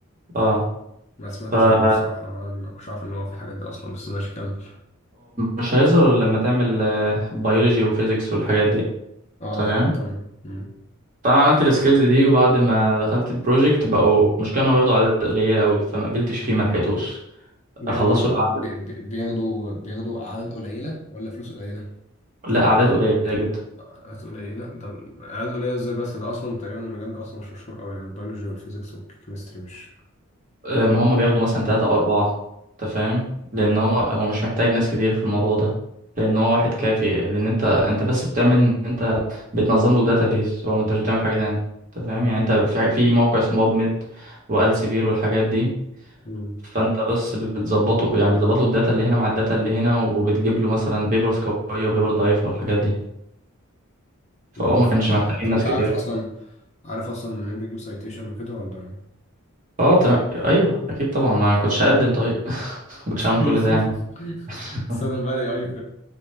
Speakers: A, on the right; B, on the left.
A: اه
B: ما سمعتش
A: فهو
B: عنه الصراحه أنا ما كنتش عارف ان هو في الحاجات دي اصلا بس ماشي كمل
A: مش هيظهر إلا لما تعمل بيولوجي وفيزيكس والحاجات دي
B: اه
A: تمام
B: اه تمام مم.
A: فانا عملت السكيلز دي وبعد ما دخلت البروجكت بقوا مش كانوا ياخدوا اعداد قليله قوي فما قبلتش فيه ما لحقتوش
B: بياخدوا
A: اخلصوا الاعداد
B: بي- بي- بياخدوا بياخدوا اعداد قليله ولا فلوس قليله
A: لا اعداد قليله جدا
B: قلقات قليلة لا ده قلقات قليلة ازاي بس ده أصلا تقريبا المجال ده أصلا مش مشهور أوي يعني البيولوجي والفيزيكس والكيمستري مش
A: آه، ما هم بياخدوا مثلا تلاتة أو أربعة أنت فاهم لأن هو هو مش محتاج ناس كتير في الموضوع ده لأن هو واحد كافي لأن أنت أنت بس بتعمل إن أنت بتنظم له داتابيز هو أنت مش بتعمل حاجة تانية أنت فاهم يعني أنت في في موقع اسمه باب ميد والسيفير والحاجات دي
B: مم.
A: فأنت بس بتظبطه يعني بتظبط له الداتا اللي هنا مع الداتا اللي هنا وبتجيب له مثلا بيبرز قوية وبيبر ضعيفة والحاجات دي فهو
B: لا
A: ما
B: فأنت
A: كانش محتاجين
B: طب
A: ناس
B: أنت
A: كتير
B: عارف أصلا عارف أصلا منين بيجيب سايتيشن وكده ولا
A: اه تمام ايوه اكيد طبعا ما كنتش هقدم طيب <laughs> ما كنتش هعمل
B: <laughs>
A: كل ده يعني <laughs>
B: تستخدم بقى ال AI في